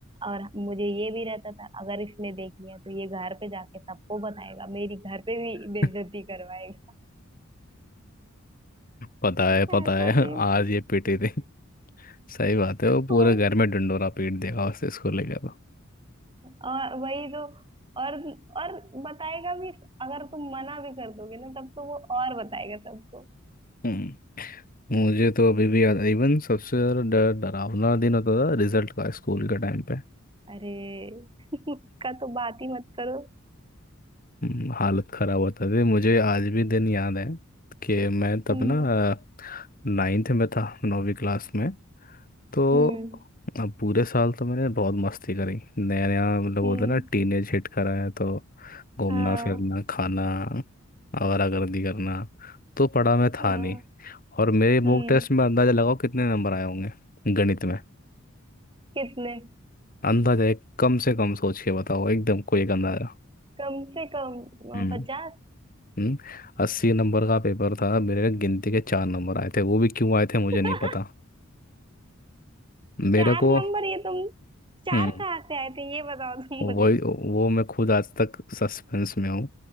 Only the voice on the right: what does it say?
और मुझे ये भी रहता था अगर इसने देख लिया तो ये घर पे जाके सबको बताएगा मेरी घर पे भी
बेइज्जती करवाएगा
ऐसा
सीन
<laughs>
वही
और वही तो और और बताएगा भी अगर तुम मना भी कर दोगे ना तब तो वो और बताएगा सबको
अरे <laughs> उसका तो बात ही मत करो
हम्म
हम्म
हम्म
हाँ
हाँ,
हम्म
कितने
कम से कम
अ, पचास
<laughs>
चार
नंबर ये तुम चार
कहाँ से आए थे ये बताओ तुम
मुझे